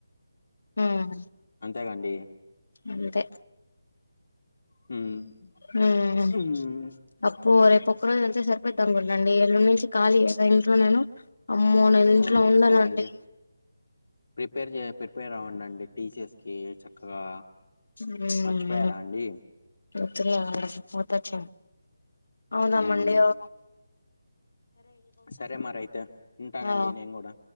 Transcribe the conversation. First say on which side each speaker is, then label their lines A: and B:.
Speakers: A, on the left; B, on the left.
A: హ్మ్
B: అంతే గా అండి
A: అంతే
B: హ్మ్
A: హ్మ్
B: హ్మ్.
A: అప్పు రే ఒక్క రోజు వెళితే సరిపోయిద్దనుకుంటండి ఎల్లుండి నుంచి ఖాళీయేగా ఇంట్లో నేను అమ్మో నేను ఇంట్లో
B: హ్మ్
A: ఉండనండి
B: అంతేగండి ప్రిపేర్ చే ప్రిపేర్ అవ్వండండి టీ సి ఎస్కి చక్కగా
A: హ్మ్
B: మర్చిపోయారా
A: మ్మ్
B: అండి?
A: గుర్తులేదు మోతచ్చ అవుదామండి
B: హ్మ్.
A: అవుదాం
B: సరే మరైతే ఉంటానండి
A: ఆ
B: నేను కూడా